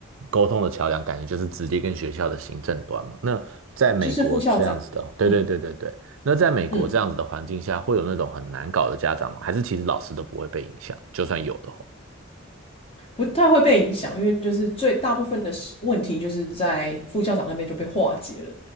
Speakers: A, on the right; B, on the left.
A: 沟通的桥梁，感觉就是直接跟学校的行政端嘛。那在美国这样子的，
B: 就是副校长，
A: 对对对对对，
B: 嗯
A: 那在美国这样子的环境下，
B: 嗯。
A: 会有那种很难搞的家长吗？还是其实老师都不会被影响，就算有的话？
B: 不太会被影响，因为就是最大部分的问题就是在副校长那边就被化解了。